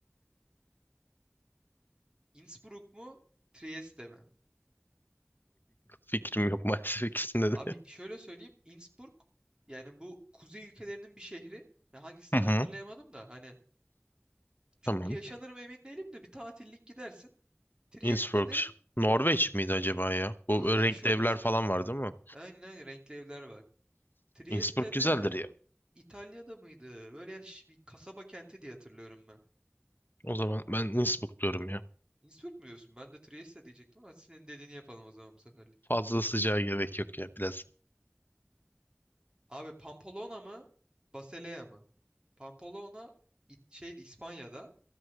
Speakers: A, on the right; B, on the left.
A: Innsbruck mu Trieste mi?
B: fikrim yok <laughs> maalesef ikisinde
A: Abi
B: de.
A: şöyle söyleyeyim Innsbruck yani bu kuzey ülkelerinin bir şehri. Ya hangisi tam
B: Hı hı.
A: hatırlayamadım da hani çok
B: Tamam.
A: yaşanır mı emin değilim de bir tatillik gidersin. Trieste'de
B: Innsbruck. Norveç miydi acaba ya? Bu
A: öyle
B: renkli
A: bir şey olması
B: evler falan
A: lazım.
B: var değil mi?
A: Aynen aynen renkli evler var. Trieste'de
B: Innsbruck güzeldir ya.
A: İtalya'da mıydı? Böyle yani şi- bir kasaba kenti diye hatırlıyorum ben.
B: O zaman ben Innsbruck diyorum ya.
A: Innsbruck mu diyorsun? Ben de Trieste diyecektim ama hadi senin dediğini yapalım o zaman bu seferlik.
B: Fazla sıcağa gerek yok ya biraz.
A: Abi Pamplona mı? Basilea mı? Pamplona it- şeydi İspanya'da.